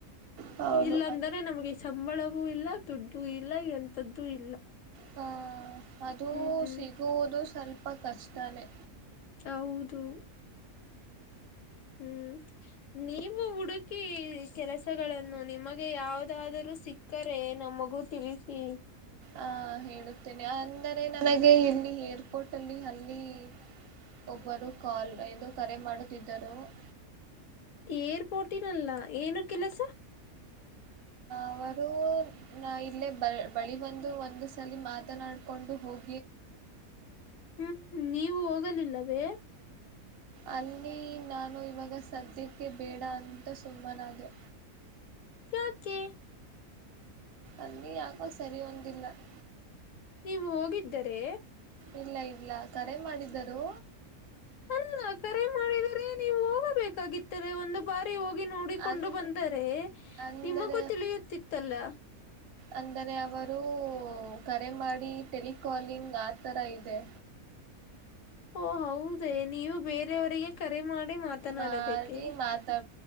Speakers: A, on the right; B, on the left.
A: ಹೌದು
B: ಇಲ್ಲಂದರೆ ನಮಗೆ ಸಂಬಳವೂ ಇಲ್ಲ ದುಡ್ಡ ಇಲ್ಲ ಎಂತದ್ದು ಇಲ್ಲ
A: ಹಾ ಅದು
B: ಹ್ಮ್
A: ಸಿಗುವುದು ಸ್ವಲ್ಪ ಕಷ್ಟನೇ
B: ಹೌದು ಹ್ಮ್ ನೀವು ಹುಡುಕಿ ಕೆಲಸಗಳನ್ನು ನಿಮಗೆ ಯಾವದಾದರೂ ಸಿಕ್ಕರೆ ನಮ್ಮ ಮಗು ತಿಳಿಸಿ
A: ಹ ಹೇಳುತ್ತೇನೆ ಅಂದರೆ ನನಗೆ ಇಲ್ಲಿ ಏರ್ಪೋರ್ಟ್ ಅಲ್ಲಿ ಅಲ್ಲಿ <inaudible> ಒಬ್ಬರು ಕಾಲ್ ಎಂದು ಕರೆ ಮಾಡುತ್ತಿದ್ದರು <inaudible>
B: ಏರ್ ಪೋಟಿನಲ್ಲ ಏನು ಕೆಲಸ <unintelligible>
A: ಅವರು ಇಲ್ಲೇ ಬ ಬಳಿ ಬಂದು ಒಂದು್ ಸಲಿ ಮಾತನಾಡ್ಕೊಂಡು ಹೋಗ
B: ಹ್ಮ್ ನೀವು ಹೋಗಲಿಲ್ಲವೇ
A: ಅಲ್ಲಿ ನಾನು ಇವಾಗ ಸದ್ಯಕ್ಕೆ ಬೇಡ ಅಂತ ಸುಮ್ಮನಾಗೆ
B: <unintelligible> ಕೆ <inaudible>
A: ಅಲ್ಲಿ ಯಕೋ ಸರಿ ಒಂದಿಲ್ಲ <inaudible>
B: ನೀವು ಹೋಗಿದ್ದರೆ
A: ಇಲ್ಲ ಇಲ್ಲ ಕರೆ ಮಾಡಿದ್ದರು
B: ಅಲ್ಲ ಕರೆ ಮಾಡಿದರೆ ನೀವು ಹೋಗಬೇಕಾಗಿತ್ತಲೆ ಒಂದು ಬಾರಿ ನೋಡಿಕೊಂಡು
A: ಅನ್
B: ಬಂದರೆ
A: ಅಂದರೆ
B: ನಿಮಗೂ ತಿಳಿಯುತ್ತಿತ್ತಲ್ಲ
A: ಅಂದರೆ ಅವರು ಕರೆ ಮಾಡಿ ಟೆಲಿಕಾಲಿಂಗ್ ಆತರ ಇದೆ
B: <unintelligible> ಓ ಹೌದ ನೀವು ಬೇರೆಯವರಿಗೆ ಕರೆ ಮಾಡಿ ಮಾತನಾಡಬೇಕೆ
A: ಮಾಡಿ ಮಾತಾ